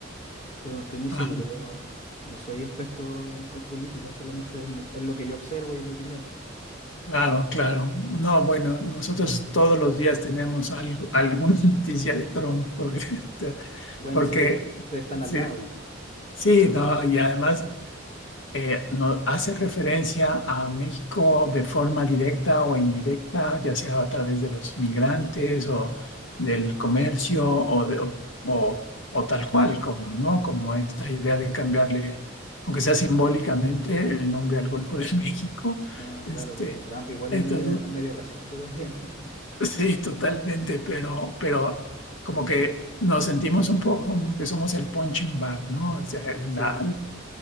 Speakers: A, on the left; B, on the left.
A: pero no estoy muy
B: Ah,
A: seguro. Yo no, no soy experto en política, solamente en, en lo que yo observo y mi opinión.
B: claro, claro. No, bueno, nosotros todos los días tenemos algo, alguna noticia de Trump, porque, <laughs>
A: Bueno,
B: porque
A: sí, porque ustedes están
B: sí,
A: al lado.
B: sí, no, y además eh, no- hace referencia a México de forma directa o indirecta, ya sea a través de los migrantes o del comercio o, de- o- o- o tal cual, como, ¿no? Como esta idea de cambiarle, aunque sea simbólicamente, el nombre al Golfo de <laughs> México.
A: Ah,
B: Este,
A: claro, pues que Trump igual
B: entonces,
A: es medio, es medio racista también. <laughs>
B: sí, totalmente, pero, pero como que nos sentimos un poco como que somos el punching bag, ¿no? O sea, la,
A: Sí,